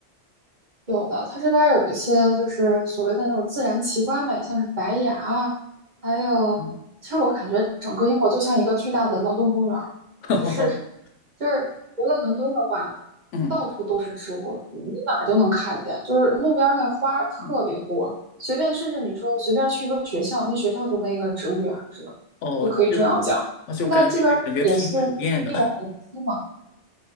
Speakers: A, on the right; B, on the left.
A: 有的，它这边儿有一些就是所谓的那种自然奇观呗，像是白崖啊还有，
B: 嗯，
A: 其实我感觉整个英国就像一个巨大的劳动公园儿，
B: <laughs>
A: 就是就是除了伦敦的话，
B: 嗯，
A: 到处都是植物，你哪儿都能看见，就是路边儿那花儿特别多，
B: 嗯，
A: 随便甚至你说随便去一个学校，那学校就跟一个植物园儿似的，
B: 哦，
A: 就可以这样讲。
B: 就我就感觉感觉挺普遍的，
A: 那它这边儿也是地广人稀嘛。